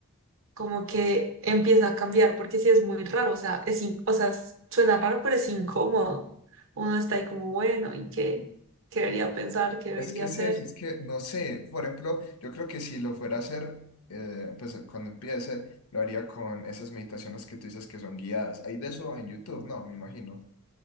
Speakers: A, on the right (about 65°); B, on the left (about 85°).
A: como que empieza a cambiar, porque sí es muy raro, o sea, es in- o sea, s- suena raro, pero es incómodo. Uno está ahí como, bueno, ¿y qué, qué debería pensar? ¿Qué debería
B: Es que es
A: hacer?
B: eso, es que no sé, por ejemplo, yo creo que si lo fuera a hacer, eh, pues cuando empiece, lo haría con esas meditaciones que tú dices que son guiadas. Hay de eso en YouTube, no, me imagino.